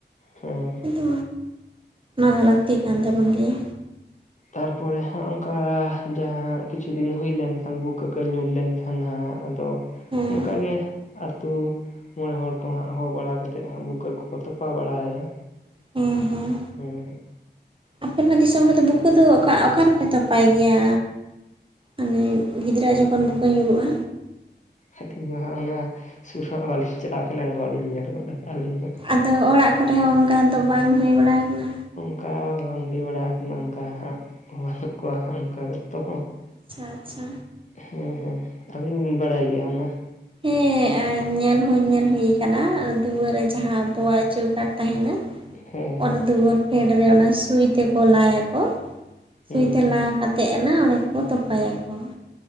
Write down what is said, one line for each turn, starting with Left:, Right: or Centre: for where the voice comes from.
Left: ᱦᱩᱸ
Right: ᱠᱤᱱᱛᱩ ᱚᱱᱟ ᱫᱚ ᱞᱟᱹᱠᱛᱤ ᱠᱟᱱ ᱛᱟᱵᱚᱱ ᱜᱮᱭᱟ,
Left: ᱛᱟᱨ ᱯᱚᱨᱮ ᱦᱟᱸᱜ ᱚᱝᱠᱟ, ᱡᱟᱦᱟᱸ ᱠᱤᱪᱷᱩ ᱫᱤᱱ ᱦᱩᱭ ᱞᱮᱱᱠᱷᱟᱱ, ᱵᱩᱠᱟᱹ ᱠᱚ ᱧᱩᱨ ᱞᱮᱱᱠᱷᱟᱱ ᱦᱟᱸᱜ ᱟᱫᱚ
Right: ᱦᱮᱸ
Left: ᱚᱝᱠᱟ ᱜᱮ, ᱟᱹᱛᱩ ᱢᱚᱬᱮ ᱦᱚᱲ ᱠᱚ ᱦᱟᱸᱜ ᱦᱚᱦᱚ ᱵᱟᱲᱟ ᱠᱟᱛᱮᱫ, ᱦᱟᱸᱜ ᱵᱩᱠᱟᱹ ᱠᱚᱠᱚ ᱛᱚᱯᱟ ᱵᱟᱲᱟᱭᱟ᱾
Right: ᱦᱩᱸ ᱦᱩᱸ,
Left: ᱦᱮᱸ
Right: ᱟᱯᱮ ᱚᱱᱟ ᱫᱤᱥᱚᱢ ᱨᱮᱫᱚ ᱵᱩᱠᱟᱹ ᱫᱚ, ᱚᱠᱟ ᱚᱠᱟ ᱨᱮᱯᱮ ᱛᱚᱯᱟᱭ ᱜᱮᱭᱟ? ᱢᱟᱱᱮ ᱜᱤᱫᱽᱨᱟᱹ ᱦᱟᱜ ᱡᱚᱠᱷᱚᱱ ᱵᱩᱠᱟᱹ ᱧᱩᱨᱩᱜᱼᱟ,
Left: ᱟᱹᱞᱤᱧ ᱢᱟ ᱦᱟᱸᱜ ᱚᱱᱟ ᱥᱩᱨ ᱦᱟᱸᱜ ᱵᱟᱞᱤᱧ ᱪᱟᱞᱟᱣ ᱟᱠᱟᱱᱟ, ᱵᱟᱞᱤᱧ ᱧᱮᱞ ᱜᱚᱫ ᱟᱠᱟᱜᱼᱟ ᱟᱹᱞᱤᱧ ᱫᱚ᱾
Right: ᱟᱫᱚ ᱚᱲᱟᱜ ᱠᱚᱨᱮ ᱦᱚᱸ ᱚᱝᱠᱟ ᱫᱚ ᱵᱟᱝ ᱦᱩᱭ ᱵᱟᱲᱟ ᱟᱠᱟᱱᱟ?
Left: ᱚᱠᱟ ᱵᱟᱝ ᱦᱩᱭ ᱵᱟᱲᱟ ᱟᱠᱟᱱᱟ, ᱚᱝᱠᱟ ᱦᱟᱸᱜ ᱵᱟᱹᱱᱩᱜ ᱠᱚᱣᱟ ᱦᱟᱸ᱾ ᱚᱱᱠᱟ ᱛᱚ ᱦᱚᱸ
Right: ᱟᱪᱪᱷᱟ ᱟᱪᱪᱷᱟ
Left: ᱦᱩᱸ ᱦᱩᱸ ᱟᱹᱵᱤᱱ ᱵᱤᱱ ᱵᱟᱲᱟᱭ ᱜᱮᱭᱟ ᱚᱱᱟ?
Right: ᱦᱮᱸ ᱧᱮᱞ ᱦᱚᱧ ᱧᱮᱞ ᱦᱩᱭ ᱠᱟᱱᱟ ᱫᱩᱣᱟᱹᱨ ᱨᱮ ᱡᱟᱦᱟ ᱟᱵᱚᱣᱟᱜ ᱪᱳ ᱠᱟᱴ ᱛᱟᱦᱮᱱᱟ᱾
Left: ᱦᱮᱸ
Right: ᱚᱱᱟ
Left: ᱦᱮᱸ
Right: ᱫᱩᱣᱟᱹᱨ ᱯᱷᱮᱰ ᱨᱮ ᱚᱱᱟ ᱥᱩᱭ ᱛᱮᱠᱚ ᱞᱟᱭ ᱟᱠᱚ ᱥᱩᱭ
Left: ᱦᱩᱸ
Right: ᱛᱮ
Left: ᱦᱩᱸ
Right: ᱞᱟ ᱠᱟᱛᱮᱜ ᱱᱟ ᱚᱸᱰᱮ ᱠᱚ ᱛᱚᱯᱟᱭ ᱟᱠᱚ᱾